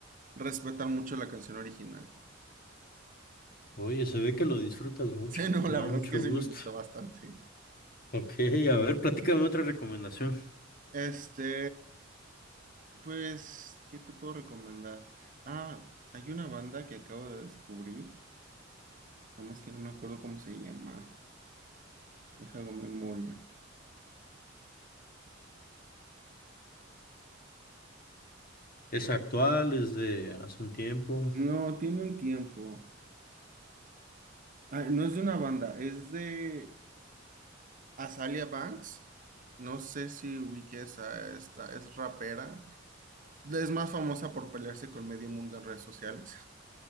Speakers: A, on the right; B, on the left.
A: Respetan mucho la canción original. <laughs>
B: Oye, se ve que lo disfrutas mucho.
A: Sí, no,
B: Me
A: la
B: da
A: verdad
B: mucho
A: es que sí
B: gusto.
A: me gustó bastante.
B: Ok, a ver, platícame otra recomendación.
A: Este, pues, ¿qué te puedo recomendar? Ah, hay una banda que acabo de descubrir Nada más que no me acuerdo cómo se llama. Deja hago memoria.
B: ¿Es actual? ¿Es de hace un tiempo?
A: No, tiene un tiempo. Ah, no es de una banda, es de Azalea Banks. No sé si ubiques a esta, es rapera. Es más famosa por pelearse con medio mundo en redes sociales.